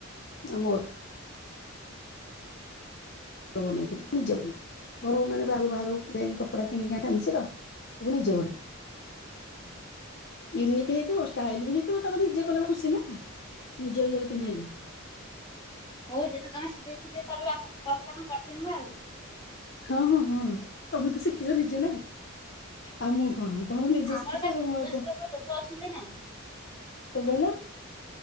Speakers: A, on the left (about 55°); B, on the left (about 20°).
A: ଆଉ ମୋର। ବନେଇଥିଲି ନିଜେବନେଇଥିଲି ଘର ମାନେ ବାହାରକୁ ବାହାରୁ ଯାଇକି କପଡା କିଣିକି ଆଣିକି ଫ୍ୟାନ୍ସି ର ମୁଁ ନିଜେ ବନେ
B: ହୁଁ <inaudible>
A: ୟୁନିକ୍ ହେଇଥିବ ଷ୍ଟାଇଲ ବି ହେଇଥିବ ତାପରେ ନିଜେ କଲେ ଖୁସି ନା ନିଜ ଇଏରେ ପିନ୍ଧିଲେ
B: ହଉ ଯେବେ ତମେ ସିିଲେଇ ଫିଲେଇ କରିବଆମକୁ କହିବ ଆମେ ପଠେଇବୁ ଆଉ।
A: ହଁ ହଁ ହଁ ତମେ ତ ଶିଖିଛ ନିଜେ ନା ଆଉ ମୁଁ କଣ ତମେ ତ ନିଜେ
B: ଆମର
A: ଶିଖିଛ
B: ବା
A: ଆଉ
B: ସେ
A: କଣ
B: ଭୁବନେଶ୍ୱର
A: କଣ
B: ଉପରେ ଲୋକ ଅଛନ୍ତି ନା
A: କହିଲ?